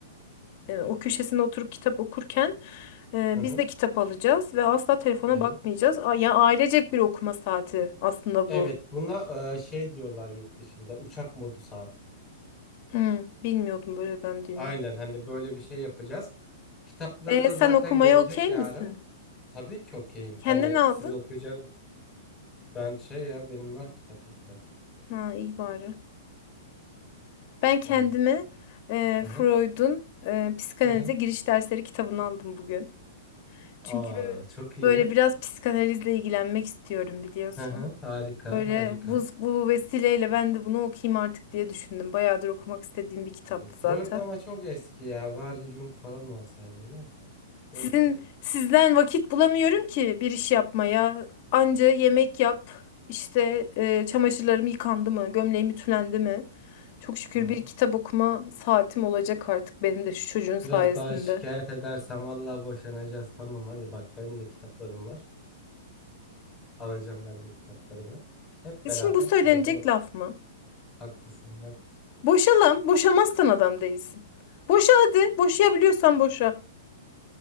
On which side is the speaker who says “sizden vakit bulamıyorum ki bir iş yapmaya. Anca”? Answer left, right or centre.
Left